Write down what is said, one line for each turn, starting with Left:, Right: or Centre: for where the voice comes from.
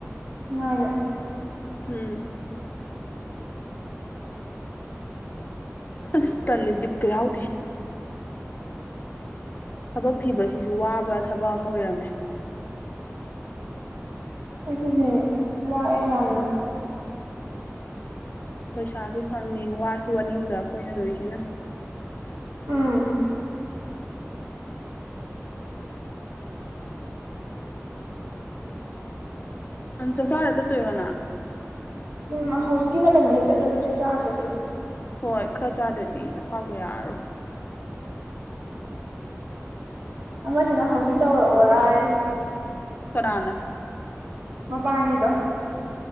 Right: ꯑꯅꯦ
Left: ꯎꯝ ꯑꯁ ꯇꯜꯂꯤꯦ ꯠꯀ ꯌꯥꯎꯗꯤ
Right: <inaudible>
Left: ꯊꯕꯛ ꯊꯤꯕꯁꯤꯁꯨ ꯋꯥꯕ ꯊꯕꯛ ꯑꯃ ꯑꯣꯏꯔꯝꯃꯦ
Right: ꯑꯗꯨꯗꯅꯦ ꯏꯅ
Left: ꯄꯩꯁꯥꯁꯨ ꯐꯪꯅꯤꯡ ꯋꯥꯁꯨ ꯑꯅꯤꯡꯕ ꯑꯩꯈꯣꯏꯅ ꯇꯧꯔꯤꯁꯤꯅ
Right: ꯎꯝ <inaudible>
Left: ꯑ ꯆ ꯁꯔ ꯆꯠꯠꯇꯨꯔꯣꯅꯥ
Right: ꯎꯝ ꯍꯧꯖꯤꯛꯀꯤ ꯃꯇꯝꯗꯨꯗ ꯆꯠꯂꯗꯤ ꯆꯥꯛ ꯆꯥꯔ ꯆꯠꯀꯦ
Left: ꯍꯣꯏ ꯈꯔ ꯆꯥꯗ꯭ꯔꯗꯤ ꯆꯈꯥꯎꯕ ꯌꯥꯔꯔꯣꯏ ꯎꯝ
Right: ꯑꯃꯁꯤꯅ ꯍꯧꯖꯤꯛ ꯇꯧꯔꯛꯑꯣꯔꯥꯏ
Left: ꯀꯅ
Right: ꯃ ꯄꯉꯗ